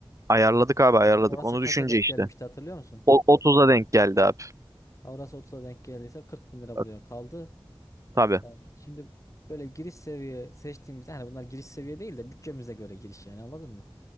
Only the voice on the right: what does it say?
Ayarladık abi ayarladık
onu
düşünce
işte.
O, 30'a denk geldi abi.
Bak,
Tabii.